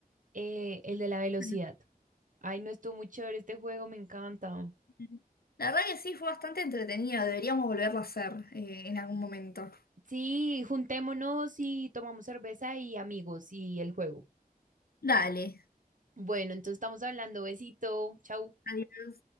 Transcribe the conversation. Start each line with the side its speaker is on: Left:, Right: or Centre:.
Right: eh, el de la velocidad.
Left: <laughs>
Right: Ay, no estuvo muy chévere este juego, me encanta.
Left: Ujú. La verdad que sí, fue bastante entretenido, deberíamos volverlo a hacer eh, en algún momento.
Right: Sí, juntémonos y tomamos cerveza y amigos y el juego.
Left: Dale.
Right: Bueno, entonces estamos hablando. Besito. Chau.
Left: Adiós.